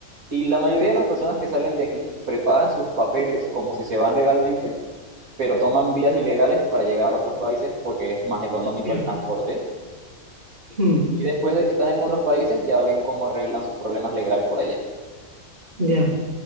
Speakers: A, on the right (about 80°); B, on the right (about 45°).
A: Y la mayoría de las personas que salen de aquí preparan sus papeles como si se van legalmente pero toman vías ilegales para llegar a otros países porque es más económico
B: ya,
A: el transporte.
B: mm,
A: Y después de que están en otros países, ya ven cómo arreglan sus problemas legales por allá.
B: ya,